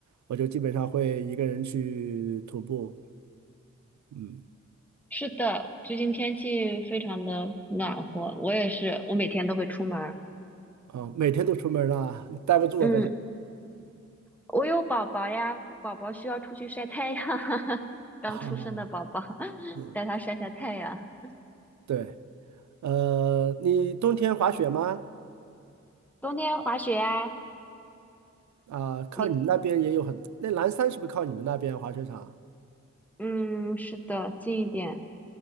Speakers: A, on the right (about 75°); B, in the centre.
A: 我就基本上会一个人去徒步，嗯，
B: 是的，最近天气非常的暖和，我也是，我每天都会出门儿
A: 啊，每天都出门了，待不住我在家。
B: 嗯，我有宝宝呀，宝宝需要出去晒太阳，<laughs> 刚出生的宝宝，
A: 啊，
B: <laughs>
A: 嗯，
B: 带他晒晒太阳。
A: 对，呃，你冬天滑雪吗？
B: 冬天滑雪呀，
A: 啊，靠你们那边也有很，
B: 你，
A: 那蓝山是不是靠你们那边滑雪场啊？
B: 嗯，是的，近一点。